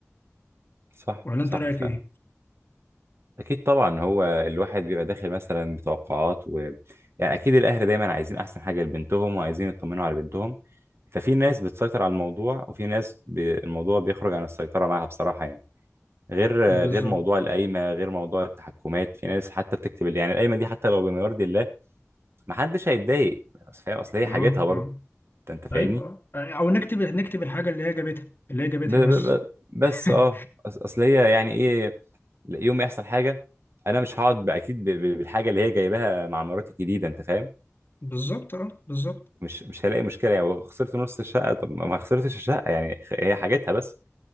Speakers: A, on the right; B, on the left.
A: صح
B: ولا
A: صح
B: انت رايك
A: فعلا
B: ايه
A: اكيد طبعا هو الواحد بيبقى داخل مثلا بتوقعات و يعني اكيد الاهل دايما عايزين احسن حاجه لبنتهم وعايزين يطمنوا على بنتهم ففي ناس بتسيطر على الموضوع وفي ناس بي... الموضوع بيخرج عن السيطره معاها بصراحه يعني غير
B: بالظبط
A: غير موضوع القايمه غير موضوع التحكمات في ناس حتى بتكتب اللي يعني القايمه دي حتى لو بما يرضي الله ما حدش هيتضايق اصل فاهم اصل هي
B: اه
A: حاجتها برضه
B: اه
A: انت أنت فاهمني
B: ايوه او نكتب نكتب الحاجه اللي هي جابتها اللي هي جابتها
A: ب ب
B: بس
A: ب بس
B: <laughs>
A: اه أص- اصل هي يعني ايه يوم ما يحصل حاجه انا مش هقعد باكيد ب- ب- بالحاجه اللي هي جايباها مع مراتي الجديده انت فاهم
B: بالظبط اه بالظبط
A: مش مش هلاقي مشكله يعني خسرت نص الشقه طب ما خسرتش الشقه يعني خ- هي حاجتها بس